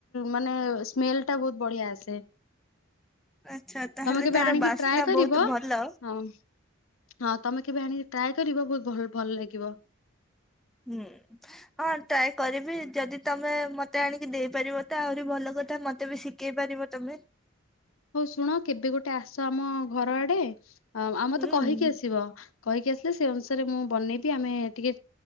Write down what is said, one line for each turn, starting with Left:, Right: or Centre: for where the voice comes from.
Left: ମାନେ ସ୍ମେଲ ଟା ବହୁତ ବଢିଆ ଆସେ।
Centre: ଆଚ୍ଛା ତାହେଲେ
Left: ତମେ କେବେ
Centre: ତାର
Left: ଆଣିକି
Centre: ବାସ୍ନା
Left: ଟ୍ରାଏ କରିବ
Centre: ବହୁତ ଭଲ।
Left: ହଁ ହଁ ତମେ କେବେ ଆଣିକି ଟ୍ରାଏ କରିବ ବହୁତ ଭଲ୍ ଭଲ ଲାଗିବ।
Centre: ହୁଁ ହଁ ଟ୍ରାଏ କରିବି ଯଦି ତମେ ମତେ ଆଣିକି ଦେଇପାରିବ ତ ଭଲ କଥା ମତେ ବି ଶିଖେଇ ପାରିବ ତମେ ।
Left: ହଉ ଶୁଣ କେବେ ଗୋଟେ ଆସ ଆମ ଘର ଆଡେ ହଁ ଆଉ ମତେ
Centre: ହୁଁ।
Left: କହିକି ଆସିବ କହିକି ଆସିଲେ ସେ ଅନୁସାରେ ମୁଁ ବନେଇବି ଆମେ ଟିକେ